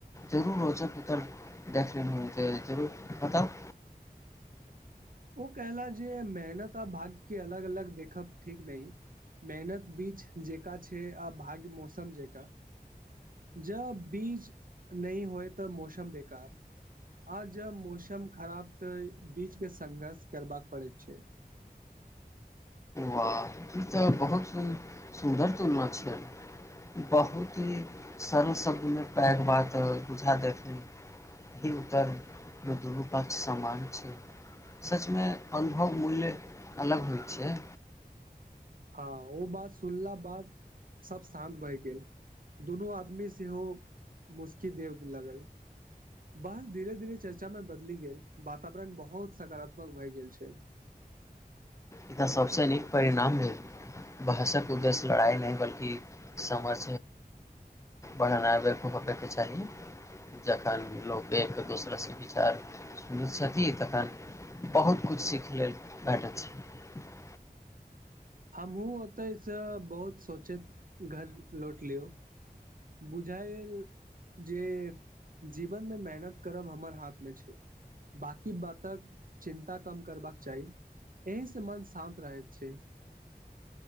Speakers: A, on the left; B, on the right.
A: जरूर रोचक उतर देख ले त जरूर बताउ
B: ओ कहला जे मेहनत आ भाग्य के अलग अलग देखब ठीक नहि मेहनत बीच जेका छै आ भाग्य मौसम जेका जब बीज नहि होय तऽ मौसम बेकार आ जब मौसम खराब तऽ बीज के संघर्ष करबाक पड़ैत छै
A: वाह ई तऽ बहुत ही सुन्दर तुलना छिय बहुत ही सरल शब्दमे पैघ बात बुझा देखली ई उत्तरमे दुनू पक्ष सान छै सचमे अनुभव मूल्य अलग होइ छै
B: हँ ओ बात सुनला बाद सब शान्त भए गेल दुनू आदमी सेहो मुस्की देब लगल बस धीरे धीरे चर्चामे बदली गेल वातावरण बहुत सकारात्मक भए गेल छै
A: ई तऽ सभसँ नीक परिणाम भेल भहषक उद्देश्य लड़ाइ नहि बल्कि समझ बढ़नाब होबयके चाही जखन लोक एकके दोसराससँ विचार सुनैत छथिन तखन बहुत किछु सीख लेल भेटैत छै ह
B: हमहहुँ ओतैसँ बहुत सोचैत घर लौट लियौ बुझाय जे जीवनमे मेहनत करब हमर हाथमे छै बकी बातक चिन्ता कम करबाक चाही एहिसँ मन शान्त रहैत छै